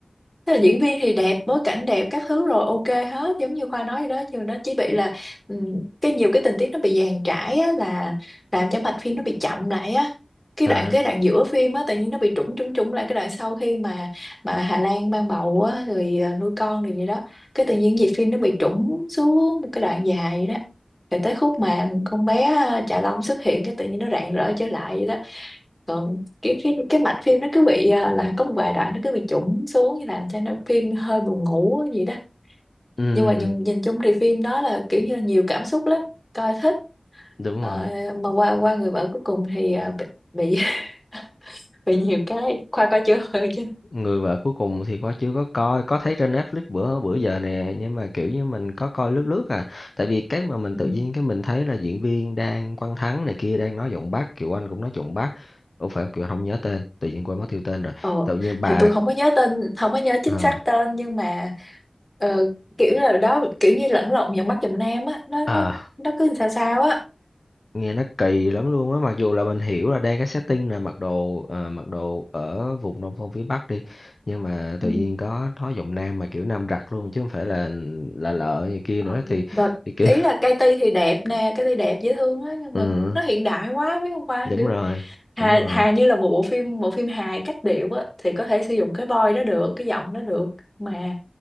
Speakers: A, on the left; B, on the left.
A: tức là diễn viên thì đẹp bối cảnh đẹp các thứ rồi ok hết giống như Khoa nói vậy đó nhưng nó chỉ bị là ừm, cái nhiều cái tình tiết nó bị dàn trải á, là làm cho mạch phim nó bị chậm lại á cái
B: À,
A: đoạn cái đoạn giữa phim á tự nhiên nó bị trũng trũng trũng lại cái đoạn sau khi mà mà Hà Lan mang bầu á rồi ờ, nuôi con rồi vậy đó cái tự nhiên nhịp phim nó bị trũng xuống một cái đoạn dài vậy đó rồi tới khúc mà con bé à, Trà Long xuất hiện cái tự nhiên nó rạng rỡ trở lại vậy đó còn kiểu cái cái mạch phim nó cứ bị ờ, là có một vài đoạn nó cứ bị chủng xuống như làm cho nó phim hơi buồn ngủ gì đó
B: ừm,
A: nhưng mà nhìn, nhìn chung thì phim đó là kiểu như là nhiều cảm xúc lắm coi thích
B: đúng rồi.
A: Ờ, mà qua qua người vợ cuối cùng thì ờ, bị bị, <laughs> bị nhiều cái Khoa coi chưa ừ chứ
B: Người vợ cuối cùng thì có chưa có coi, có thấy trên Netflix bữa bữa giờ nè, nhưng mà kiểu như mình có coi lướt lướt à. Tại vì cái mà mình
A: ừ.
B: tự nhiên cái mình thấy là diễn viên đang Quang Thắng này kia đang nói giọng Bắc, Kiều Anh cũng nói giọng Bắc. Ủa phải Kiều Anh không nhớ tên, tự nhiên quên mất tiêu tên rồi.
A: ờ
B: Tự nhiên bà
A: thì tôi không có nhớ tên không có nhớ chính
B: ờ,
A: xác tên nhưng mà ờ, kiểu là đó kiểu như lẫn lộn dòng Bắc dòng Nam á nó
B: ờ,
A: nó nó cứ sao sao á
B: nghe nó kỳ lắm luôn á mặc dù là mình hiểu là đang cái setting là mặc đồ ờ, mặc đồ ở vùng nông thôn phía Bắc đi nhưng mà
A: ừ.
B: tự nhiên có nói giọng Nam mà kiểu Nam giặc luôn chứ không phải là là lợ gì kia
A: Ờ,
B: nữa thì
A: và
B: thì kiểu
A: ý là cây ti thì đẹp nè cây ti đẹp dễ thương á nhưng
B: ừ
A: mà nó hiện đại quá biết không qua
B: đúng
A: kiểu
B: rồi
A: hà,
B: đúng rồi
A: hà như là một bộ phim bộ phim hài cách điệu á thì có thể sử dụng cái voice đó được cái giọng đó được mà